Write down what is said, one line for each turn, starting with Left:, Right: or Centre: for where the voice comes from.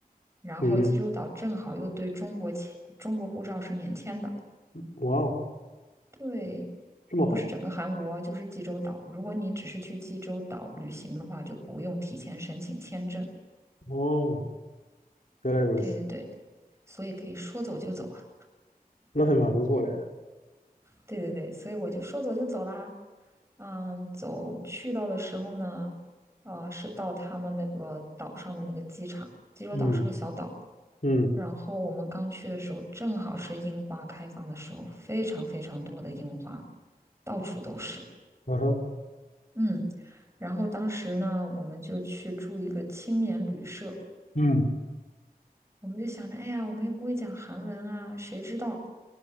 Right: 然后济州岛正好又对中国签中国护照是免签的。
Left: 嗯，哇哦，
Right: 对，
Left: 这么好？
Right: 不是整个韩国，就是济州岛。如果你只是去济州岛旅行的话，就不用提前申请签证。
Left: 哦，原来如此，
Right: 对对对，所以可以说走就走啊。
Left: 那还蛮不错的。
Right: 对对对，所以我就说走就走啦。嗯，走去到的时候呢，啊，是到他们那个岛上的那个机场。济州岛是个小岛，
Left: 嗯嗯，
Right: 然后我们刚去的时候，正好是樱花开放的时候，非常非常多的樱花，到处都是。
Left: 啊哈，
Right: 嗯。然后当时呢，我们就去住一个青年旅社，
Left: 嗯，
Right: 我们就想着，哎呀，我们又不会讲韩文啊，谁知道